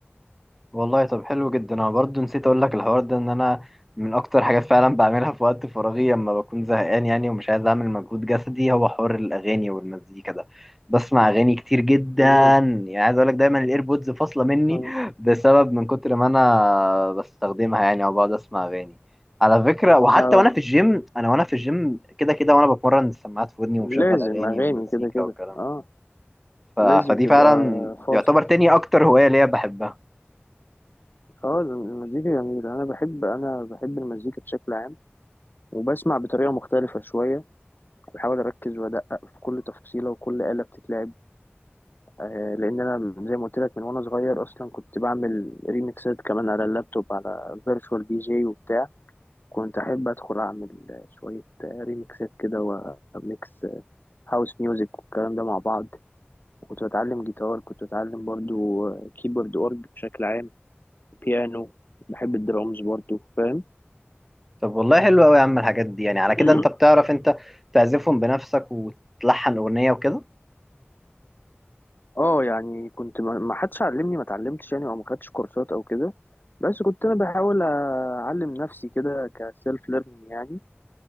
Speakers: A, in the centre; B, on the left.
A: والله طب حلو جدا انا برضو نسيت اقول لك الحوار ده ان انا من اكتر حاجات فعلا بعملها في وقت فراغي لما بكون زهقان يعني ومش عايز اعمل مجهود جسدي هو حوار الاغاني والمزيكا ده بسمع اغاني كتير جدا
B: مم.
A: يعني عايز اقول لك دايما الايربودز فاصله مني
B: مم.
A: بسبب من كتر ما انا بستخدمها يعني او بقعد اسمع اغاني على فكره وحتى
B: اه
A: وانا في الجيم انا وانا في الجيم كده كده وانا بتمرن السماعات في ودني ومشغل
B: لازم
A: اغاني
B: اغاني
A: ومزيكا
B: كده كده
A: والكلام
B: اه
A: ده ف... فدي
B: لازم تبقى
A: فعلا
B: فاصل
A: يعتبر تاني اكتر هوايه ليا بحبها
B: اه المزيكا جميلة أنا بحب أنا بحب المزيكا بشكل عام وبسمع بطريقة مختلفة شوية بحاول أركز وأدقق في كل تفصيلة وكل آلة بتتلعب آه لأن أنا زي ما قلت لك من وأنا صغير أصلا كنت بعمل ريميكسات كمان على اللابتوب على فيرتشوال دي جي وبتاع كنت أحب أدخل أعمل شوية ريميكسات كده وميكس هاوس ميوزك والكلام ده مع بعض وكنت بتعلم جيتار كنت بتعلم برضو كيبورد أورج بشكل عام بيانو بحب الدرامز برضو فاهم
A: طب والله حلو قوي يا عم الحاجات دي يعني على
B: <clears throat>
A: كده انت بتعرف انت تعزفهم بنفسك وتلحن اغنية وكده
B: اه يعني كنت ما ما حدش علمني ما اتعلمتش يعني او ما خدتش كورسات او كده بس كنت انا بحاول اعلم نفسي كده كسيلف ليرنينج يعني